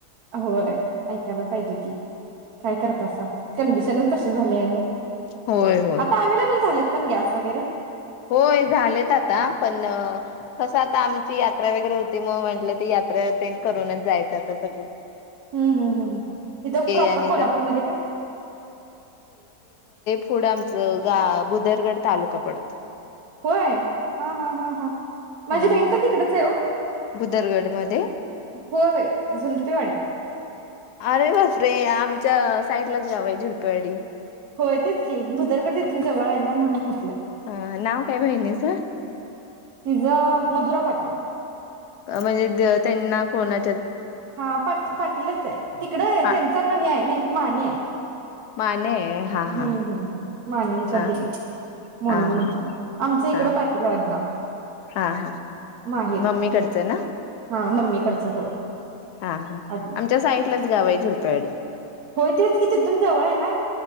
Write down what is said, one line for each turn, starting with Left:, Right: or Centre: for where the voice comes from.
Right: होय ऐकायला पाहिजे की? काय करत असा कंडिशनच कशी झाले आण आता
Left: होय होय
Right: अवेलेबल झालेत. पण गॅस वगैरे.
Left: होय झालेत आता पण कस आता आमची यात्रा वगैरे होती म म्हटल ते यात्रा तेन करूनच जायच आता सगळे
Right: हं हं हं हं इथ प्रॉपर
Left: आणि
Right: कोल्हापूरमध्ये
Left: जा
Right: काय?
Left: पुढ आमच गाव बुदरगड तालुका पडतोय.
Right: होय हा हा हा हा माझी
Left: हा
Right: बहीण
Left: हा
Right: पण तिकडेच आहे ओ
Left: बुदरगड मध्ये
Right: होय होय झुलतेवाडी
Left: अरे बापरे आमच्या साईडलाच गाव आहे झुलपेवाडी
Right: होय तेच की भुदरकड तिथून जवळ आहे ना म्हणून म
Left: हा नाव काय बहिणीच?
Right: तिज मधुरा पाटील
Left: म्हणजे त्यांना कोणा
Right: हा पा पाटीलच आहे तिकडे
Left: पा
Right: त्यांचा आडनाव हे आहे ना? रिकामा ऑडिओ
Left: माने. हा
Right: हम्म
Left: हा
Right: हम् हम माने च्यात
Left: हा
Right: म्हणून
Left: हा
Right: म्हटल
Left: हा
Right: आमच इकड
Left: हा
Right: पाटील आहे अडनाव
Left: हा हा
Right: माहेर
Left: मम्मीकडचं ना
Right: हा मम्मी कडचं होय
Left: हा हा
Right: आडनाव
Left: आमच्या साईडलाच गाव आहे झुल तायडे
Right: होय तेच की तिथून जवळ आहे ना